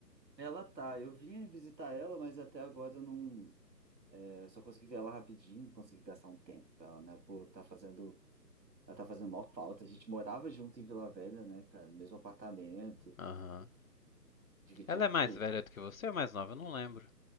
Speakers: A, on the right; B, on the left.
A: Ela tá, eu vim visitar ela, mas até agora eu não. é, Eu só consegui ver ela rapidinho, não consegui gastar um tempo com ela, né? Pô, tá fazendo. Ela tá fazendo maior falta. A gente morava junto em Vila Velha, né, cara? No mesmo apartamento,
B: Aham.
A: dividia
B: Ela é mais
A: tudo.
B: velha do que você ou mais nova? Eu não lembro.